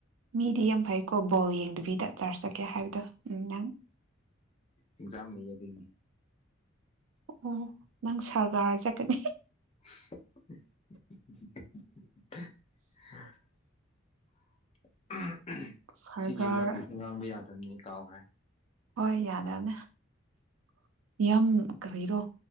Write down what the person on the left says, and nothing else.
ꯑꯦꯛꯖꯥꯝ ꯂꯩ ꯑꯗꯨꯅꯤ
<unintelligible> ꯑ ꯑꯍꯝ
ꯁꯤꯒꯤ ꯃꯔꯝꯗꯨꯁꯨ ꯉꯥꯡꯕ ꯌꯥꯗꯕꯅꯤ ꯑꯩ ꯀꯥꯎꯈ꯭ꯔꯦ